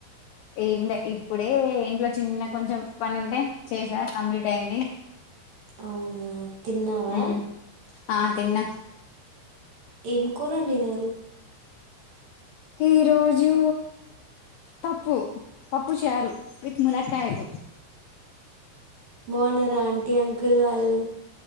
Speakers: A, on the left (about 80°); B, on the right (about 55°).
A: ఏంలె ఇప్పుడే ఇంట్లో చిన్న కొంచెం పనుంటే చేసా కంప్లీట్ అయింది.
B: అవునా తిన్నావా.
A: మ్మ్ ఆ తిన్న.
B: ఏం కూరొన్డినరు.
A: ఈరోజూ పప్పు పప్పు చారు. విత్ ములక్కాయలు
B: బావున్నరా ఆంటీ అంకుల్ వాళ్ళు.